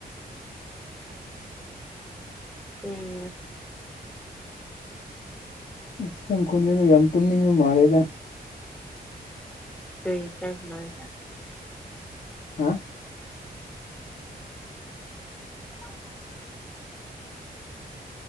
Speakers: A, in the centre; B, on the left (about 70°).
A: ꯀꯩ
B: ꯏꯁ ꯈꯣꯟꯖꯦꯗꯣ ꯌꯥꯝ ꯇꯨꯝꯅꯤꯡꯕ ꯃꯥꯜꯂꯦꯗ
A: ꯀꯩ ꯀꯥꯏꯗꯅꯣ ꯍꯥꯏꯁꯦ
B: ꯍꯥꯥ
A: <unintelligible>